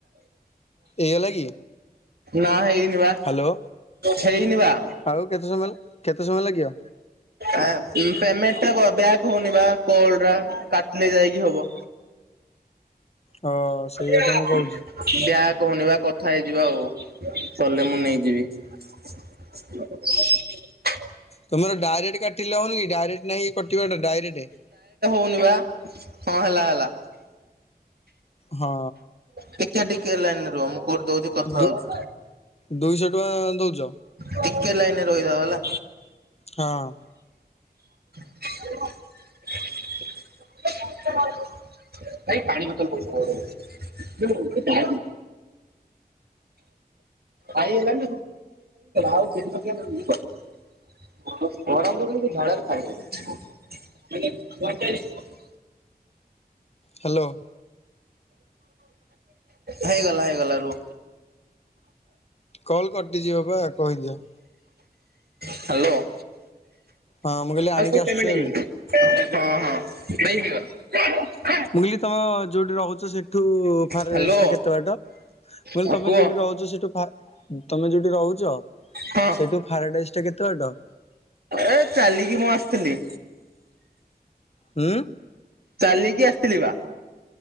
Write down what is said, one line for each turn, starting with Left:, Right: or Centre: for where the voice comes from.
Left: ଏଇ ହେଲା କି?
Right: ନା ହେଇନି ବା
Left: ହ୍ୟାଲୋ
Right: ହେଇନି ବା।
Left: ଆଉ କେତେ ସମୟ କେତେ ସମୟ ଲାଗିବ?
Right: ଆ ପେମେଣ୍ଟ <unintelligible> ବ୍ୟାକ୍ ହଉନି ବା କଲା ଟା କାଟିଲେ ଯାଇକି ହବ।
Left: ଅ ସେଇଆ
Right: ବ୍ୟାକ୍।
Left: ତ ମୁଁ କହୁଛି
Right: କହୁନି ବା କଥା ହେଇଯିବା ଆଉ କଲେ ମୁଁ ନେଇଯିବି। <inaudible>
Left: ତୁମର ଡାଇରେକ୍ଟ୍ କାଟିଲେ ହଉନି କି ଡାଇରେକ୍ଟ୍ ନାହି କି କଟିବା ଟା ଡାଇରେକ୍ଟ୍
Right: ହଁଇନିବା ହଁ ହେଲା ହେଲା।
Left: ହଁ।
Right: ଟିକେ ଟିକେ ଲାଇନରେ ରୁହ, ମୁଁ <unintelligible> କଲ କରୁଛି କଥା
Left: ଦୁ
Right: ହଉଛି।
Left: ଦୁଇଶହ ଟଙ୍କା ଦଉଛ
Right: ଟିକେ ଲାଇନ ରେ ରହିଥାଅ ହେଲା।
Left: ହଁ।
Right: <inaudible> ଭାଇ ପାଣି ବୋତଲ ପଇସାଟା ଦେବେ। <unintelligible> <unintelligible> ଆାଇଏଲାତ ଆଉ କେ <unintelligible> ଗରମରେ ବି ଏ ଝାଳ ରେ ଖାଇ ହଉନି। <unintelligible>
Left: ହ୍ୟାଲୋ।
Right: ହେଇଗଲା ହେଇଗଲା ରୁହ।
Left: କଲ କଟିଯିବ ପା କହିଦିଅ।
Right: ହ୍ୟାଲୋ।
Left: ହଁ ମୁଁ କହିଲି
Right: ଆଉ
Left: ଆଣିକି
Right: ସବୁ
Left: ଆସିଛୁ
Right: ପେମେଣ୍ଟ
Left: ଏବେ।
Right: ହେଇଯାଇଛି। ହଁ ହଁ ନେଇକି <unintelligible>
Left: ମୁଁ କହିଲି ତମ ଯୋଉଠି ରହୁଛ ସେଠୁ ଫା <unintelligible> ରେଷ୍ଟ
Right: ହ୍ୟାଲୋ।
Left: କେତେ ବାଟ। ମୁଁ କହିଲି
Right: ହଁ
Left: ତମେ
Right: କୁହ।
Left: ଯୋଉଠି ସେଠୁ ଫା ତମେ ଯୋଉଠି ରହୁଛ
Right: ହଁ।
Left: ସେଇଠୁ ଫାରାଡାଇସ୍ ଟା କେତେ ବାଟ
Right: ଏ ଚାଲିକି ମୁଁ ଆସିଥିଲି।
Left: ହୁଁ।
Right: ଚାଲିକି ଆସିଥିଲି ବା।